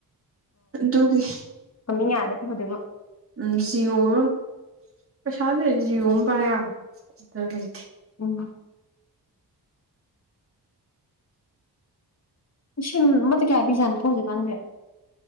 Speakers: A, on the right; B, on the left.
A: ꯇꯒꯦ
B: ꯈꯃꯤ ꯌꯥꯔꯦꯀꯣꯗꯨ
A: ꯎꯝ ꯖꯤꯌꯑꯣ ꯑꯃ ꯄꯩꯁꯥ ꯂꯩ ꯖꯤꯌꯑꯣ ꯑꯃ ꯄꯥꯏ ꯑꯗꯨꯗ ꯂꯩꯇꯦ
B: ꯎꯝ ꯁꯤ ꯃꯗꯤ ꯀꯌꯥ ꯄꯤꯖꯥꯅꯣ ꯐꯣꯖꯤꯛꯀꯥꯟꯁꯦ